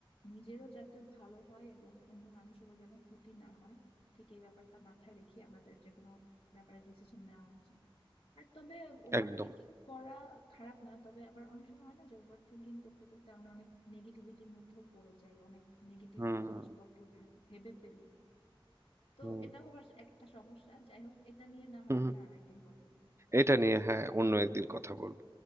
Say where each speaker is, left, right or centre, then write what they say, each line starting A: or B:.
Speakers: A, on the left; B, on the right.
A: নিজেরও যাতে ভালো হয় এবং অন্য মানুষেরও যেন ক্ষতি না হয় ঠিক এই ব্যাপারটা মাথায় রেখে আমাদের যে কোনো ব্যাপারে ডিসিশন নেওয়া উচিত আর তবে ওভার
B: একদম
A: থিঙ্কিং করা খারাপ না তবে আবার অনেক সময় হয় না যে ওভার থিঙ্কিং করতে করতে আমরা অনেক নেগেটিভিটির মধ্যেও পড়ে যাই অনেক নেগেটিভ
B: হুম
A: জিনিসপত্র ভা- ভেবে ফেলি তো
B: হুম
A: এটা হবার এক- একটা সমস্যা যাই হোক এটা নিয়ে না হয়
B: হুম
A: আমরা
B: হুম।
A: আরেকদিন কথা বলবো
B: এটা নিয়ে হ্যাঁ অন্য একদিন কথা বলবো